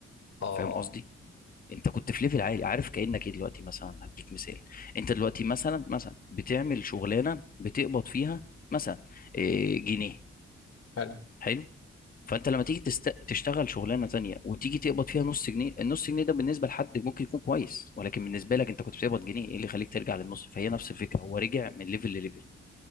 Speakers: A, on the left; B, on the left.
A: اه
B: فاهم
A: اه
B: قصدي انت كنت في ليفل عالي عارف كأنك ايه دلوقتي مثلا هديك مثال انت دلوقتي مثلا مثلا بتعمل شغلانه بتقبض فيها مثلا اه، جنيه
A: حلو
B: حلو فانت لما تيجي تست... تشتغل شغلانه تانية وتيجي تقبض فيها نص جنيه النص جنيه ده بالنسبه لحد ممكن يكون كويس ولكن بالنسبه لك انت كنت بتقبض جنيه ايه اللي يخليك ترجع للنص فهي نفس الفكره هو رجع من ليفل لليفل